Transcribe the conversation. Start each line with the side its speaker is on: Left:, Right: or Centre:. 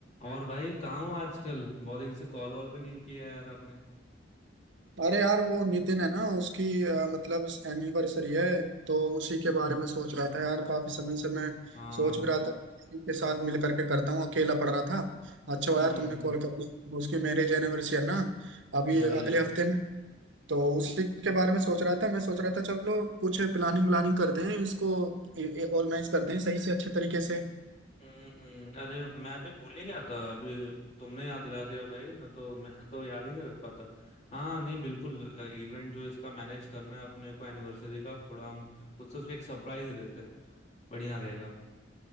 Left: और भाई कहाँ हो आजकल बहुत दिन से कॉल वॉल भी नहीं किया यार आपने
Right: अरे यार वो नितिन है ना उसकी अ, मतलब एनिवर्सरी है तो उसी के बारे में सोच रहा था यार काफी समय से मैं
Left: हाँ
Right: सोच भी रहा था कि इनके साथ मिल करके करता हूँ अकेला पड़ रहा था अच्छा
Left: हम्म
Right: हुआ यार
Left: हम्म
Right: तुमने
Left: हम्म
Right: कॉल कर दिया उसकी मैरिज एनिवर्सरी है ना अभी
Left: अरे
Right: अगले हफ्ते में तो उसी के बारे में सोच रहा था मैं सोच रहा था चलो कुछ प्लानिंग व्लानिंग करते हैं इसको ऑर्गेनाइज करते हैं सही से अच्छे तरीके से
Left: हम्म हम्म, अरे मैं भी भूल ही गया था अभी तुमने याद दिला दिया भाई ना तो <laughs> मैं तो याद ही नहीं रख पाता हाँ नहीं बिल्कुल इवेंट जो इसका मैनेज करना है अपने को एनिवर्सरी का थोड़ा हम खुद से उसको एक सरप्राइज देते हैं बढ़िया रहेगा